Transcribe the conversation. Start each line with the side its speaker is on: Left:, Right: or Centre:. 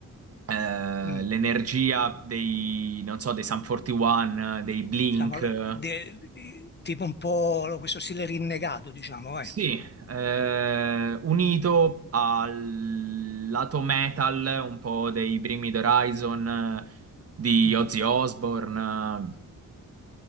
Right: eh,
Left: mm.
Right: l'energia dei, non so, dei Sum 41, dei Blink.
Left: diciamo, de- de- tipo un po' questo stile rinnegato, diciamo,
Right: Sì,
Left: eh.
Right: eh, unito al lato metal un po' dei Bring Me the Horizon, di
Left: Mm.
Right: Ozzy Osbourne.